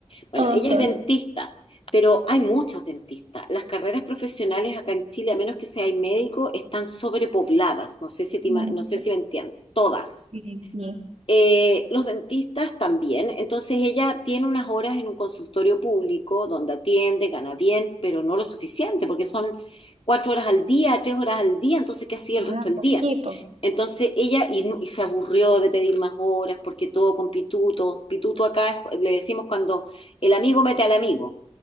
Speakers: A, on the left (about 55°); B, on the right (about 75°).
A: Bueno,
B: Odontólogo.
A: ella es dentista, pero hay muchos dentistas. Las carreras profesionales acá en Chile, a menos que seas médico, están sobrepobladas. No sé si te
B: Mm,
A: ima- no sé si me entiendes. Todas.
B: Sí, sí.
A: Eh, los dentistas también. Entonces ella tiene unas horas en un consultorio público donde atiende, gana bien, pero no lo suficiente, porque son cuatro horas al día, tres horas al día. Entonces, ¿qué hacía el
B: Ah,
A: resto del
B: poquito.
A: día? Entonces ella y, nu- y se aburrió de pedir más horas porque todo con pituto. Pituto acá es- le decimos cuando el amigo mete al amigo.